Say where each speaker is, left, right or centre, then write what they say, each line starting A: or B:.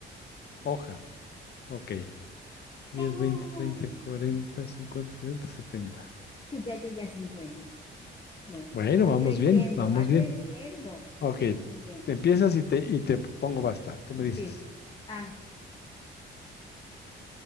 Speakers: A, on the left; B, on the left.
A: hoja. Ok. diez
B: ¡Eh!
A: veinte treinta cuarenta cincuenta sesenta setenta
B: Ya llegué a 50. Bueno,
A: Bueno,
B: va
A: vamos
B: creciendo,
A: bien, vamos
B: va creciendo.
A: bien. Ok.
B: Muy bien.
A: Te empiezas y te, y te pongo basta. Tú me dices,
B: Sí. Ah,